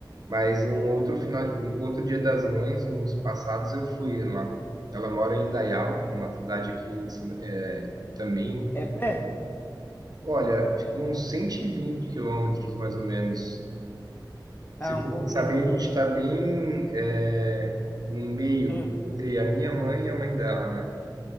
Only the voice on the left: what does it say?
É pé?
Ah, um
pouquinho.
Hum.